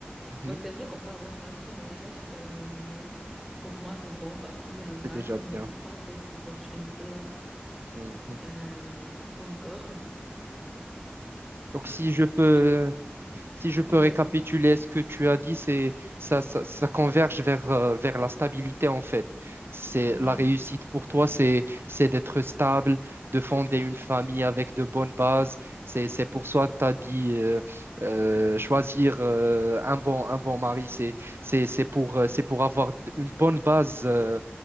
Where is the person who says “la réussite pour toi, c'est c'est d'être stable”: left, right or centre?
Right